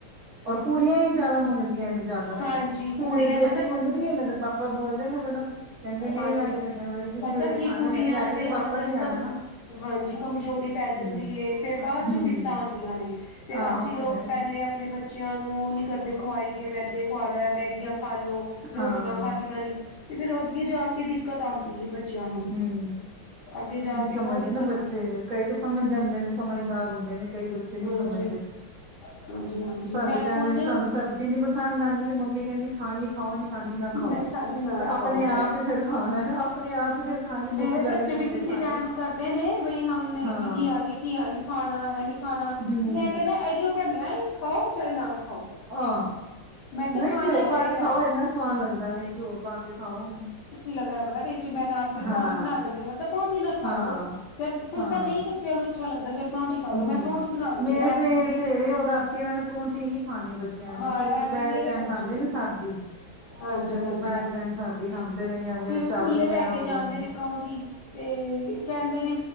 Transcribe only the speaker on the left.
ਹਾਂਜੀ
ਕੁੜੀਆਂ
ਪਤਾ
ਹਾਂਜੀ
ਪਤਾ
ਕੀ
ਕੁੜੀਆਂ
ਦੇ
ਅੰਦਰ
ਕਮ
ਹਾਂਜੀ ਕਮਜ਼ੋਰੀ ਪੈ ਜਾਂਦੀ
ਹੈ ਫੇਰ ਬਾਅਦ
ਚੋਂ ਦਿਕਤਾਂ ਆਉਦੀਆਂ ਨੇ ਫੇਰ
ਅਸੀ
ਲੋਕ
ਪਹਿਲੇ ਆਪਣੇ ਬੱਚਿਆਂ ਨੂੰ ਨੀ ਕਰਦੇ ਖਵਾਈ ਗਏ ਮੈਦੇ ਖੁਵਾ ਲੈ ਮੈਗੀਆਂ ਖਾ ਲਓ ਰੋਟੀਆਂ
ਖਾਦੀਆਂ ਨੀ ਤੇ ਫੇਰ ਅਗੇ ਜਾ ਕੇ ਦਿਕਤ ਆਉਦੀ ਹੈ। ਬੱਚਿਆਂ ਨੂੰ
ਅਗੇ ਜਾ
ਕੇ
ਬਹੁਤ ਦਿਕਤ
ਹਨ
ਹਾਂਜੀ ਹਾਂਜੀ- ਹਾਂਜੀ-
ਮੈਂ
ਖੁਦ
ਮੈਂ ਖਾਦੀ ਨਾ
ਖਾਓ
ਮੇਰੇ
ਬੱਚੇ
ਵੀ ਕਿਸੇ
ਟਾਈਮ ਕਰਦੇ ਨੇ ਬਈ ਹਮ ਨੇ
ਕੀ ਨੀ ਕੀ ਨਹੀ ਖਾਣਾ ਐਂ ਨੀ ਖਾਣਾ
ਮੈਂ ਕਹਿਦਾ ਇਓ ਬਣਿਆ ਖਾਓ ਚਾਹੇ ਨਾ ਖਾਓ
ਮੈਂ ਕਿਹਾ
ਖਾਣਾ
ਹੀ
ਪਏਗਾ।
ਲੱਗਦਾ ਬੜਾ ਟੇਸਟੀ ਮੈਂ ਨਾਲ ਪਰੋਂਠੀ
ਬਨਾ ਦੇਂਨੀ ਆ, ਮੈਂ ਕੇਆ ਪਰੋਂਠੀ ਨਾਲ ਖਾਲੋ
ਚਲ ਫੁਲਕਾ
ਨਈ ਬੱਚੇਆਂ ਨੂੰ ਅੱਛਾ ਲੱਗਦਾ ਚੱਲ ਪਰੋਂਠੀ ਖਾਲੋ
ਮੈਂ ਪਰੌਂਠੀ ਬਣਾ ਦਿੰਦੀ
ਹਾਂ ਰਾਤੀ
ਵੀ
ਹਾਂ
ਇਹ ਵੀ ਮੇਰੇ
ਬੱਚੇ
ਵੀ
ਹਾਂਜੀ-ਹਾਂਜੀ
ਸਵੇਰੇ ਸਕੂਲੇ
ਲੈ ਕੇ
ਜਾਂਦੇ
ਨੇ ਪਰੌਂਠੀ ਤੇ ਕਹਿਦੇ ਨੇ